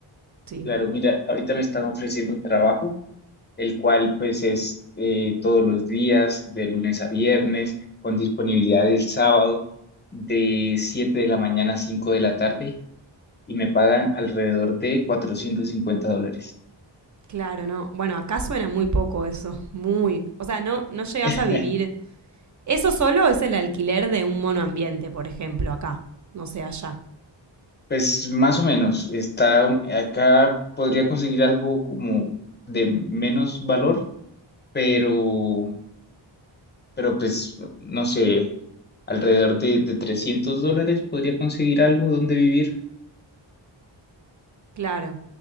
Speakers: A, on the right (about 40°); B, on the left (about 20°).
A: sí.
B: Claro, mira, ahorita me están ofreciendo un trabajo, el cual pues es eh, todos los días, de lunes a viernes, con disponibilidad el sábado, de 7 de la mañana a 5 de la tarde, y me pagan alrededor de 450 dólares.
A: Claro, no. Bueno, acá suena muy poco eso. Muy. O sea, no, no llegas
B: <laughs>
A: a vivir. Eso solo es el alquiler de un monoambiente, por ejemplo, acá. No sé, allá.
B: Pues más o menos, está acá podría conseguir algo como de menos valor, pero, pero pues no sé, alrededor de, de 300 dólares podría conseguir algo donde vivir.
A: Claro.